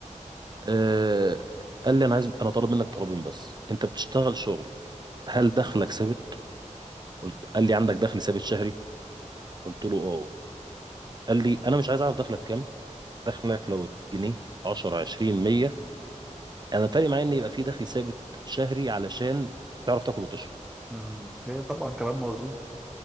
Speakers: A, on the right; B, in the centre.
A: أه قال لي انا عايز انا طالب منك طلبين بس انت بتشتغل شغل هل دخلك ثابت قلت قال لي عندك دخل ثابت شهري قلت له اه قال لي انا مش عايز اعرف دخلك كام دخلك لو جنيه 10 20 100 انا فارق معايا ان يبقى في دخل ثابت شهري علشان تعرف تاكل وتشرب
B: مم. هي طبعا كلام موزون